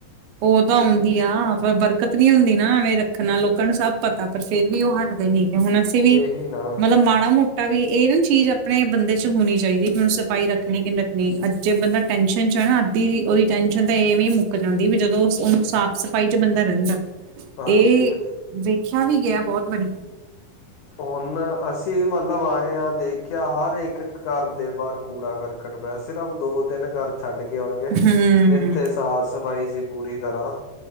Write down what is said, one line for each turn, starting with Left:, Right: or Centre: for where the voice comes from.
Right: ਬੋਅ ਤਾਂ
Left: ਤੁਸੀਂ
Right: ਆਉਂਦੀ ਆ ਫਿਰ ਬਰਕਤ ਨੀ ਹੁੰਦੀ ਨਾ ਐਵੇਂ ਰੱਖਣ ਨਾਲ ਲੋਕਾਂ ਨੂੰ ਸਭ ਪਤਾ ਪਰ ਫੇਰ ਵੀ ਉਹ ਹੱ ਤੇ ਠੀਕ ਐ, ਹੁਣ ਅਸੀਂ ਵੀ
Left: ਇਹੀ ਨਾ
Right: ਮਤਲਬ ਮਾੜਾ- ਮੋਟਾ ਤਾ ਵੀ ਇਹ ਨਾ ਚੀਜ਼ ਆਪਣੇ ਬੰਦੇ 'ਚ ਹੋਣੀ ਚਾਹੀਦੀ, ਹੁਣ ਸਫ਼ਾਈ ਰੱਖਣੀ ਕਿ ਨਹੀਂ ਰੱਖਣੀ ਅੱਜੇ ਬੰਦਾ ਟੈਸ਼ਨ 'ਚ ਆ ਨਾ ਅੱਧੀ, ਉਹਦੀ ਟੈਨਸ਼ਨ ਤਾਂ ਐਂਵੇ ਮੁੱਕ ਜਾਂਦੀ ਦੀ ਵੀ ਜਦੋਂ ਉਹ ਉਹਨੂੰ ਸਾਫ਼ -ਸਫ਼ਾਈ 'ਚ ਬੰਦਾ ਰਹਿੰਦਾ,
Left: ਹਾਂਜੀ।
Right: ਇਹ ਦੇਖਿਆ ਵੀ ਗਿਆ ਬਹੁਤ ਵਾਰੀ।
Left: ਫੋਨ ਨਾ ਅਸੀ ਕੀ ਮਤਲਬ ਆਏ ਆ ਦੇਖਿਆ, ਹਰ ਇੱਕ ਘਰ ਦੇ ਬਾਹਰ ਕੂੜਾ- ਕਰਕਟ ਪਿਆ, ਸਿਰਫ ਦੋ- ਤਿੰਨ ਘਰ ਛੱਡ ਕੇ ਆਉਣਗੇ,
Right: ਹੂੰ
Left: ਜਿੱਥੇ ਸਾਫ਼- ਸਫ਼ਾਈ ਸੀ ਪੂਰੀ ਤਰ੍ਹਾਂ।